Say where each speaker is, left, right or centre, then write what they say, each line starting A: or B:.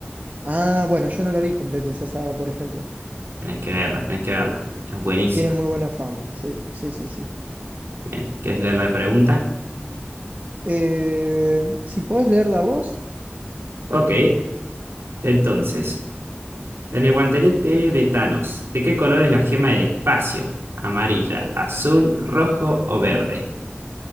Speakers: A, on the right (about 45°); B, on the right (about 75°).
A: Ah, bueno, yo no la vi completa esa saga, por ejemplo.
B: Tenés que verla, tenés que verla. Es buenísima.
A: Tiene muy buena fama, sí, sí, sí, sí.
B: Bien, ¿querés leer la pregunta?
A: Eh, si podés leer la voz,
B: Ok, entonces. En el guantelete de Thanos, ¿de qué color es la gema del espacio? ¿Amarilla,
A: oh,
B: azul, rojo o verde?